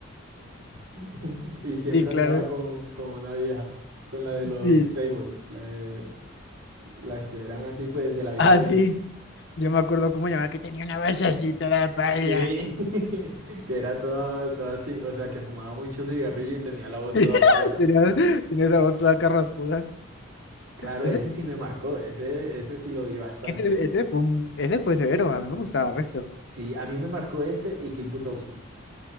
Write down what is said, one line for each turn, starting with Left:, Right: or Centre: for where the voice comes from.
Right: <laughs> Y siempre
Left: Sí, claro.
Right: andaba con, con una vieja, con la de los
Left: Sí.
Right: tables, la de- las que eran así pues de la vida
Left: Ah,
Right: alegre.
Left: sí. Yo me acuerdo cómo llamaba que tenía una voz así toda paila.
Right: Sí, <laughs> que era toda, toda así, o sea, que fumaba mucho cigarrillo y tenía la voz
Left: <laughs>
Right: toda paila.
Left: Tenía, tenía esa voz toda carraspuda.
Right: Claro,
Left: Ese,
Right: ese sí me marcó, ese, ese sí lo vi bastante.
Left: ese, ese fue un- ese fue severo. A mí me gustaba el resto.
Right: Sí, a mí me marcó ese y Kit Butowski.